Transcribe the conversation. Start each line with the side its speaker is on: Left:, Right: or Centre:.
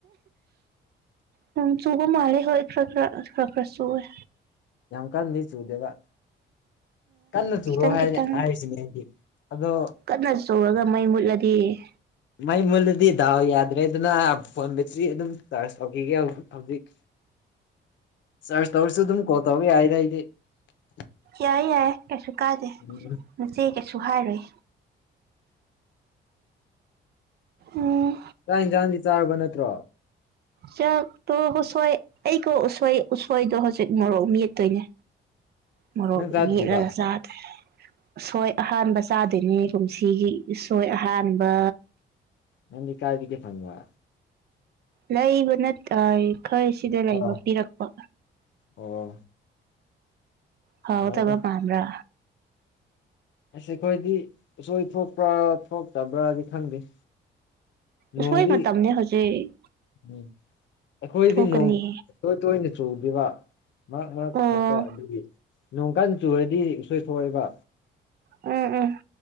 Right: ꯅꫭꯡ ꯆꯨꯕ ꯃꯥꯜꯂ‌ꯦ ꯍꯣꯏ ꯈꯔꯥ ꯈꯔꯥ ꯑꯁ ꯈꯔꯥ ꯈꯔꯥ ꯆꯨꯋ‌ꯦ
Left: ꯀꯟꯗꯤ ꯆꯨꯗꯦꯕ ꯀꯟꯅ ꯆꯨꯔꯣ
Right: ꯈꯤꯇꯪ
Left: ꯍꯥꯏꯅꯤ
Right: ꯈꯤꯇꯪ
Left: ꯍꯥꯏꯔꯤꯁꯤꯅꯦ ꯑꯩꯗꯤ ꯑꯗꯣ
Right: ꯀꯟꯅ ꯆꯨꯔꯒ ꯃꯩ ꯃꯨꯠꯂꯗꯤ
Left: ꯃꯩ ꯃꯨꯂꯗꯤ ꯗꯥꯎ ꯌꯥꯗ ꯌꯥꯏꯗꯥꯅ ꯐꯣꯟ ꯕꯦꯇ꯭ꯔꯤ ꯑꯗꯨꯝ ꯆꯥꯔꯖ ꯇꯧꯈꯤꯒꯦ ꯍꯧꯖꯤꯛ ꯆꯔꯁ ꯇꯧꯔꯁꯨ ꯑꯗꯨꯨ ꯀꯣꯜ ꯇꯧꯕ ꯌꯥꯏꯗ ꯑꯥꯏꯗꯤ ꯑꯥꯏꯗꯤ
Right: ꯌꯥꯏ ꯌꯥꯏ ꯀꯩꯁꯨ ꯀꯥꯗꯦ
Left: ꯎꯝ
Right: ꯅꯆꯦ ꯀꯩꯁꯨ ꯍꯥꯏꯔꯨꯏ ꯎꯝ
Left: ꯆꯥꯛ ꯌꯦꯟꯁꯥꯡꯗꯤ ꯆꯥꯔꯕ ꯅꯠꯇ꯭ꯔꯣ
Right: ꯆꯥꯛꯇꯣ ꯎꯁꯣꯏ ꯑꯩꯒꯣ ꯎꯁꯣꯏ ꯎꯁꯣꯏꯗꯣ ꯍꯧꯖꯤꯛ ꯃꯣꯔꯣꯛ ꯃꯦꯠꯇꯣꯏꯅꯦ ꯃꫭꯔꫭꯛ
Left: ꯅꯪ ꯆꯥꯗ꯭ꯔꯤꯕ
Right: ꯃ‌ꯦꯠꯂꯒ ꯆꯗꫭꯏꯅ‌ꯦ ꯎꯁꯣꯏ ꯑꯍꯥꯟꯕ ꯆꯥꯗꯣꯏꯅꯦ ꯀꯨꯝꯁꯤꯒꯤ ꯎꯁꯣꯏ ꯑꯍꯥꯟꯕ
Left: ꯅꯪꯗꯤ ꯀꯥꯏꯒꯤ ꯐꯪꯕ
Right: ꯂꯩꯕ ꯅꯠꯇ ꯈꯔ ꯁꯤꯗ ꯂꯩꯕ
Left: ꯑꯥ
Right: ꯄꯤꯔꯛꯄ
Left: ꯑꯣ
Right: ꯍꯥꯎꯒꯗꯕ
Left: ꯌꯥꯏꯗ
Right: ꯃꯟꯕꯔꯥ
Left: ꯑꯁ ꯑꯩꯈꯣꯏꯗꯤ ꯎꯁꯣꯏ ꯊꯣꯛꯣꯛꯄ꯭ꯔꯥ ꯊꯣꯛꯇꯕ꯭ꯔꯥꯗꯤ ꯈꯪꯗꯦ
Right: ꯑꯁꯣꯏ
Left: ꯅꯣꯡꯗꯤ
Right: ꯃꯇꯝꯅꯤꯅꯦ ꯍꯧꯖꯤꯛ
Left: ꯎꯝ ꯑꯩꯈꯣꯏꯗꯤ
Right: ꯊꯣꯛꯀꯅꯤ
Left: ꯅꯣꯡ ꯇꯣꯏ ꯇꯣꯏꯅ ꯆꯨꯗꯕ ꯃꯔꯛ ꯃꯔꯛ
Right: ꯑꯣ
Left: ꯈꯛꯇ ꯑꯗꯨꯒꯤ ꯅꯣꯡꯀꯥꯟ ꯆꯨꯔꯗꯤ ꯎꯁꯣꯏ ꯊꯣꯛꯣꯛꯑꯦꯕ
Right: ꯎꯝ ꯎꯝ